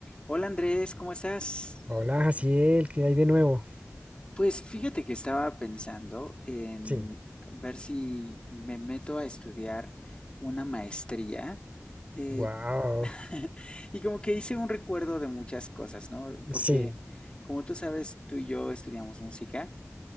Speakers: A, on the left; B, on the right.
A: Hola Andrés, ¿cómo estás?
B: Hola, Jaciel, ¿qué hay de nuevo?
A: Pues fíjate que estaba pensando en
B: Sí.
A: ver si me meto a estudiar una maestría eh,
B: Wow.
A: <laughs> y como que hice un recuerdo de muchas cosas, ¿no? Porque
B: Sí,
A: como tú sabes, tú y yo estudiamos música